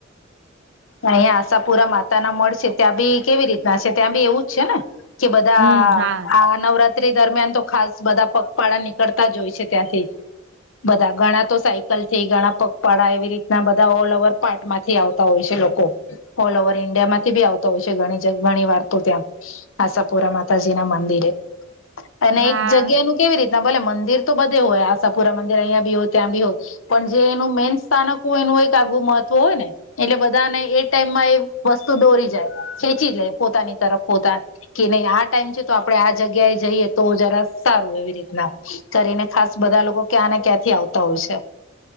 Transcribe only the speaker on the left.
અહીંયા આશા પુરા માતા ના મળ શે ત્યાં બી કેવી રીતે ના ત્યાં બી એવું જ છે ને કે બધા
આ નવરાત્રી દરમિયાન તો ખાસ બધા પગપાળા નીકળતા જ હોય છે ત્યાંથી. બધા ઘણા તો સાયકલ થી ઘણા પગપાળા એવી રીતના બધા ઓલ ઓવર પાર્ટ માંથી આવતા હોય છે લોકો કો ઓલ ઓવર ઈન્ડિયા માંથી બી આવતા હોય છે ઘણી ઘણી વારતો ત્યાં આશાપુરા માતાજી ના મંદિરે અને
એક જગ્યા નું કેવી રીતના ભલે મંદિર તો બધે હોય આશાપુરા મંદિર અહીંયા બી હોય ત્યાં બી હોય. પણ જે એનું મેન સ્થાનક હોય એનું એક આગવુ મહત્વ હોય ને એટલે બધ બધા ને એ ટાઈમમાં એ વસ્તુ દોરી જાય ખેંચી લે પોતાની તરફ પોતા કે નહી આ ટાઈમ છે તો આપડણે આ જગ્યાએ જઈએ તો જરા સારું એવી રીતના કરીને ખાસ બધા લોકો ક્યાં ને ક્યાંથી આવતા હોય છે.